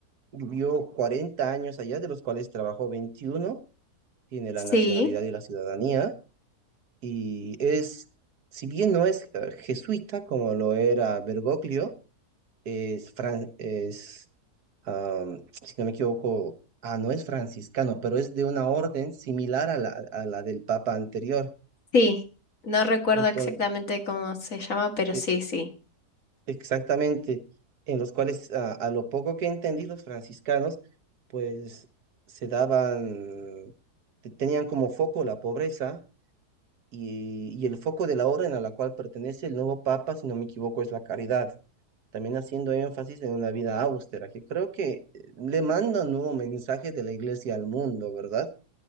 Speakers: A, on the right; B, on the left.
A: Vivió 40 años allá, de los cuales trabajó 21, tiene
B: Sí,
A: la nacionalidad y la ciudadanía y es, si bien no es eh, jesuita como lo era Bergoglio, es, fran- es am, si no me equivoco, ah, no es franciscano, pero es de una orden similar a la, a la del Papa anterior.
B: sí. No recuerdo
A: Entonces,
B: exactamente cómo se llama, pero
A: e-
B: sí, sí.
A: exactamente, en los cuales, ah, a lo poco que entendí, los franciscanos, pues se daban, te- tenían como foco la pobreza y, y el foco de la orden a la cual pertenece el nuevo Papa, si no me equivoco, es la caridad. también haciendo énfasis en una vida austera, que creo que eh, le manda un nuevo mensaje de la iglesia al mundo, ¿verdad?